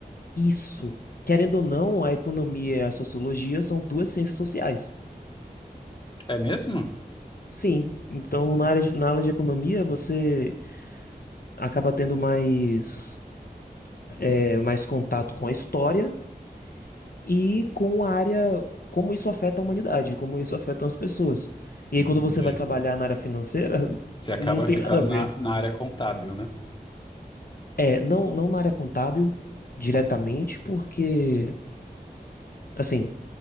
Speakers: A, on the left (about 65°); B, on the left (about 30°).
A: Isso. Querendo ou não, a economia e a sociologia são duas ciências sociais.
B: É mesmo?
A: Sim. Então, na área de- na aula de economia, você acaba tendo mais, é, mais contato com a história e com a área, como isso afeta a humanidade, como isso afeta as pessoas. E
B: Entendi.
A: aí, quando você vai trabalhar na área financeira, <laughs>
B: Você acaba
A: não tem
B: ficando
A: nada a ver.
B: na, na área contábil, né?
A: É, não, não na área contábil diretamente, porque, assim,